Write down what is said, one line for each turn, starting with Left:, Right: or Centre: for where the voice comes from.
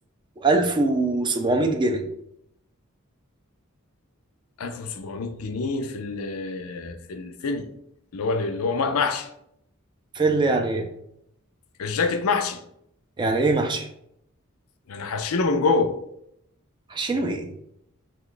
Right: 1700 جنيه
Left: 1700 جنيه في ال في الفيلي اللي هو اللي هو محشي
Right: في اللي يعني ايه
Left: الجاكيت محشي
Right: يعني ايه محشي
Left: انا حاشينه من جوه
Right: محشينه ايه